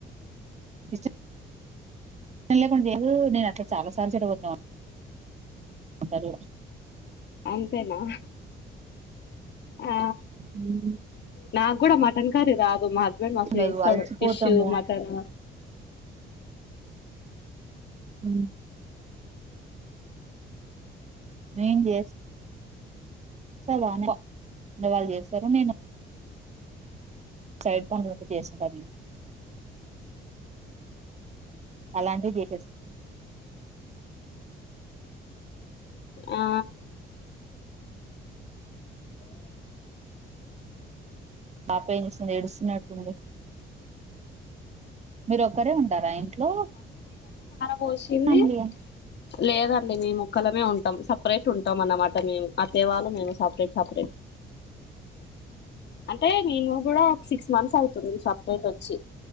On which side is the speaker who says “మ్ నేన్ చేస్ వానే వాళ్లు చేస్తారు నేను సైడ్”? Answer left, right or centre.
Right